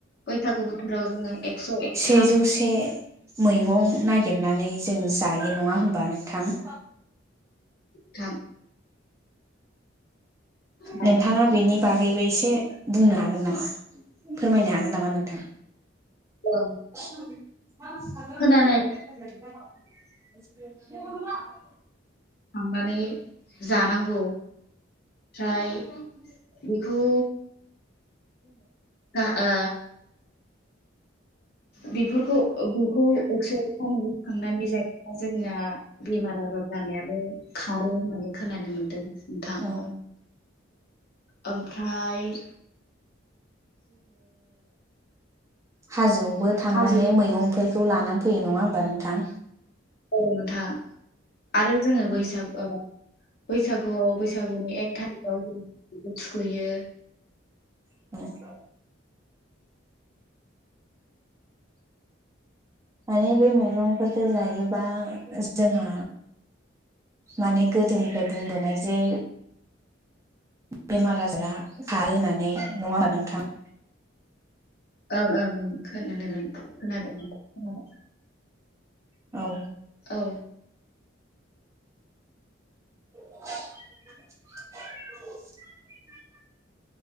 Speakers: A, on the left (about 55°); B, on the right (about 15°).
A: बैसागु बोथोराव जोङो एकस' एकथा
B: सेजौसे मैगं नायगिरनानै जों जायो नङा होमबा नोंथां?
A: थां जायो
B: नोंथाङा
A: नोंथां
B: बेनि
A: जायो
B: बागैबो एसे बुंनो हागोन नामा फोरमायनो हागोन नामा नोंथां?
A: ओं
B: <unintelligible>
A: खोनानाय थांनानै जानांगौ। फ्राय बेखौ आ ओ बिफोरखौ ओ बुखौ एकस' एकता मेगं खांनानै जायो जोंना बेमार आजार जानायाबो खारो होननानै खोनानो मोनदों नोंथां।
B: औ
A: आमफ्राय
B: हाजोआवबो थांनानै
A: हाजो
B: मैगंफोर खौ लानान फैयो नङा होमबा नोंथां?
A: औ नोंथां आरो जोङो बैसागुआव बैसागुआव बैसागुनि एक थारिखआव जों <inaudible> थुखैयो।
B: <unintelligible> माने बे मैगंफोरखौ जायोबा जोंहा माने गोदोनिफ्राय बुंबोनाय जे बेमार आजारा खारो होननानै नंआ होनबा नोंथां।
A: ओं ओं ओं खोनादोंमोन खोनादोंमोन खोनादों
B: औ
A: औ।
B: <inaudible>